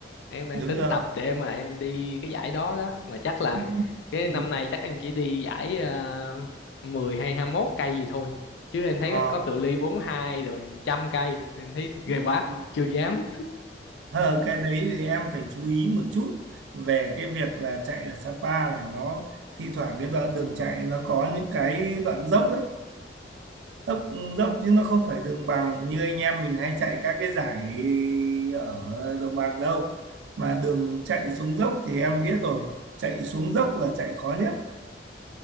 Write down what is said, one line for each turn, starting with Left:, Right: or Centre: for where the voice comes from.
Left: em đang
Right: đúng
Left: tính
Right: rồi
Left: tập để mà em đi cái giải đó đó mà chắc là
Right: ừ.
Left: cái
Right: ừ.
Left: năm nay chắc em chỉ đi giải uh, 10 hay 21 cây gì thôi chứ em thấy
Right: Ờ.
Left: có cự ly 42 rồi 100 cây em thấy ghê quá
Right: Ừ, ừ.
Left: chưa dám
Right: Ờ, cái đấy thì em phải chú ý một chút về cái việc là chạy ở Sapa là nó thi thoảng cái đoạn đường chạy nó có những cái đoạn dốc đấy dốc dốc chứ nó không phải đường bằng như anh em mình hay chạy các cái giải ở đồng bằng đâu mà đường chạy xuống dốc thì em biết rồi chạy xuống dốc là chạy khó nhất